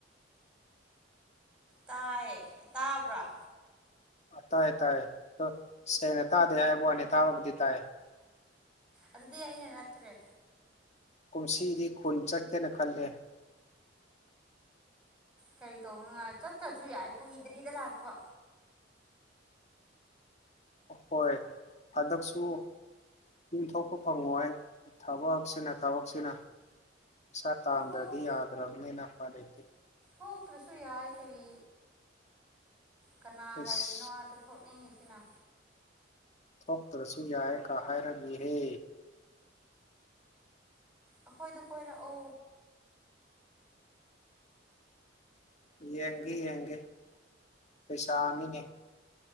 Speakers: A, in the centre; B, on the left (about 35°).
A: ꯇꯥꯏ ꯇꯥꯕ꯭ꯔꯥ
B: ꯇꯥꯏꯌꯦ ꯇꯥꯏꯌꯦ ꯁꯦꯡꯅ ꯇꯥꯗꯦ ꯍꯥꯏꯕ ꯋꯥꯅꯤ ꯇꯥꯕꯕꯨꯗꯤ ꯇꯥꯏ
A: ꯑꯗꯤ ꯌꯥꯏꯅꯅꯇꯔꯦ
B: ꯀꯨꯝꯁꯤꯗꯤ ꯈꯨꯟ ꯆꯠꯀꯦꯅ ꯈꯜꯂꯦ
A: ꯀꯔꯤ ꯇꯧꯅꯉꯥꯏ ꯆꯠꯇ꯭ꯔꯁꯨ ꯌꯥꯏ ꯀꯨꯏꯗꯔꯤꯗ ꯂꯥꯛꯄ
B: ꯍꯣꯏ ꯍꯟꯗꯛꯁꯨ ꯌꯨꯝꯊꯣꯛꯄ ꯐꯪꯉꯣ ꯍꯥꯏ ꯊꯕꯛꯁꯤꯅ ꯊꯕꯛꯁꯤꯅ ꯁꯥ ꯇꯥꯟꯗ꯭ꯔꯗꯤ
A: ꯊꯣꯛ
B: ꯌꯥꯗ꯭ꯔꯕꯅꯤꯅ ꯂꯩꯇꯦ
A: ꯊꯣꯛꯇ꯭ꯔꯁꯨ ꯌꯥꯏ ꯀꯔꯤ ꯀꯅꯥ
B: ꯏꯁ
A: ꯂꯩꯔꯤꯅꯣ ꯑꯗ ꯊꯣꯛꯅꯤꯡꯉꯁꯤ ꯏ ꯏꯅꯥ
B: ꯊꯣꯛꯇ꯭ꯔꯁꯨ ꯌꯥꯏ ꯀ ꯍꯥꯏꯔꯝꯃꯤꯍꯦ
A: ꯑꯩꯈꯣꯏꯗ ꯀꯣꯏꯔꯛꯎ
B: ꯌꯦꯡꯒꯦ ꯌꯦꯡꯒꯦ ꯄꯩꯁꯥ ꯑꯅꯤꯅꯦ